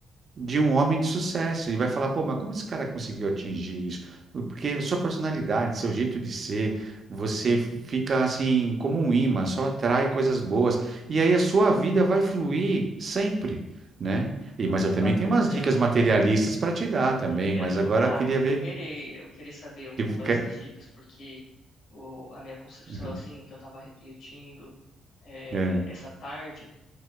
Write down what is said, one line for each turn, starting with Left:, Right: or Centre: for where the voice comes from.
Right: de um homem de sucesso e vai falar: pô, mas como esse cara conseguiu atingir isso? Porque sua personalidade, seu jeito de ser, você fica assim como um imã, só atrai coisas boas. E aí a sua vida vai fluir sempre, né? E,
Left: Ah,
Right: mas
Left: que
Right: eu também
Left: bacana,
Right: tenho umas dicas
Left: eu nunca,
Right: materialistas para te dar também,
Left: eu
Right: mas
Left: nunca,
Right: agora
Left: ah,
Right: eu queria
Left: eu
Right: ver.
Left: vou querer, eu vou querer saber um
Right: que-
Left: pouco dessas
Right: que-
Left: dicas, porque o, a minha concepção,
Right: <laughs>
Left: assim, no que eu tava refletindo é,
Right: É,
Left: essa tarde,